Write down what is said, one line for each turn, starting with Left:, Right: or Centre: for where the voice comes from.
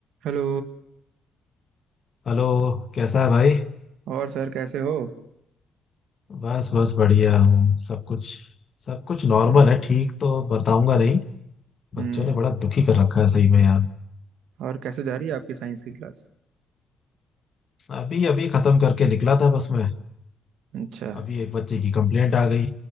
Right: Hello
Left: Hello कैसा है भाई
Right: और sir कैसे हो
Left: बस बस बढ़िया हूँ सब कुछ सब कुछ नॉर्मल
Right: हम्म
Left: है ठीक तो बताऊंगा नहीं बच्चों
Right: हम्म
Left: ने बड़ा दुखी कर रखा है सही में यार
Right: और कैसे जा रही है आपकी साइंस की क्लास
Left: अभी अभी खत्म करके निकला था बस मैं
Right: अच्छा
Left: अभी एक बच्चे की कंप्लेंट आ गई